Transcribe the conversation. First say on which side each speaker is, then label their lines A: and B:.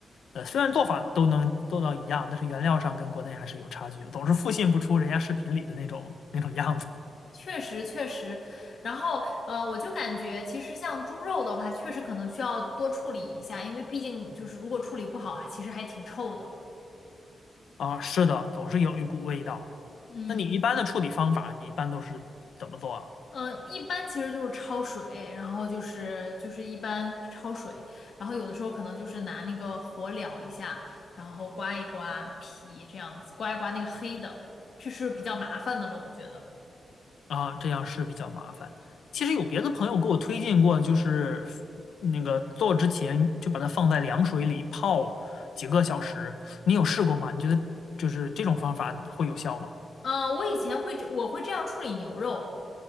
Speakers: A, on the left; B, on the left.
A: 呃，虽然做法都能做到一样，但是原料上跟国内还是有差距的总是复现不出人家视频里的那种那种样子
B: 确实确实。然后呃，我就感觉其实像猪肉的话，确实可能需要多处理一下，因为毕竟就是如果处理不好啊，其实还挺臭的。
A: 啊。是的，总是有一股味道。
B: 嗯。
A: 那你一般的处理方法，你一般都是怎么做啊？
B: 嗯，一般其实就是焯水，然后就是就是一般焯水，然后有的时候可能就是拿那个火燎一下，然后刮一刮皮这样子，刮一刮那个黑的，这是比较麻烦的了，我觉得。
A: 啊，这样是比较麻烦。其实有别的朋友给我推荐过，就是那个做之前就把它放在凉水里泡几个小时。你有试过吗？你觉得就是这种方法会有效吗？
B: 嗯，我以前会这我会这样处理牛肉，